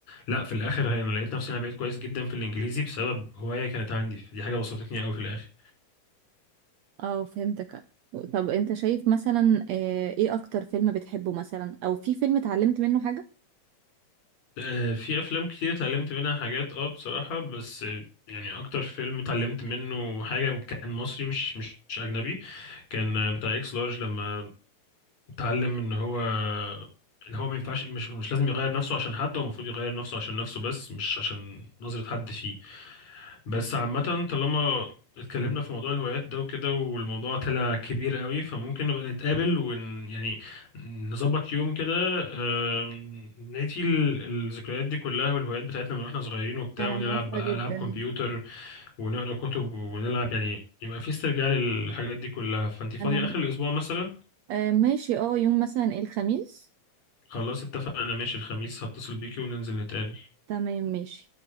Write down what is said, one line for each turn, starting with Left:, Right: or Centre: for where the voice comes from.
Left: لا في الاخر هي انا لقيت نفسي انا بقيت كويس جدا في الانجليزي بسبب هوايه كانت عندي فدي حاجه بسطتني قوي في الاخر
Right: اه فهمتك طب انت شايف مثلا آه، ايه اكتر فيلم بتحبه مثلا او في فيلم اتعلمت منه حاجة
Left: آه، في افلام كتير اتعلمت منها حاجات اه بصراحة بس آه، يعني اكتر فيلم اتعلمت منه حاجة كان مصري مش مش مش اجنبي كان آه، بتاع اكس لارج لما اتعلم ان هو ان هو ما ينفعش مش مش لازم يغير نفسه عشان حد هو المفروض يغير نفسه عشان نفسه بس مش عشان نظرة حد فيه بس عامة طالما اتكلمنا في موضوع الهوايات ده وكده والموضوع طلع كبير قوي فممكن نبقى نتقابل ون يعني نظبط يوم كده آم، نعيد ال- الذكريات دي كلها والهوايات بتاعتنا من واحنا صغيرين وبتاع
Right: انا
Left: ونلعب
Right: موافقة
Left: بقى
Right: جدا
Left: ألعاب كمبيوتر ونقرا كتب ونلعب يعني يبقى في استرجاع للحاجات دي كلها فانت فاضية
Right: انا
Left: آخر الأسبوع مثلا
Right: آه، ماشي اه يوم مثلا ايه، الخميس
Left: خلاص اتفقنا ماشي الخميس هتصل بيكي وننزل نتقابل
Right: تمام ماشي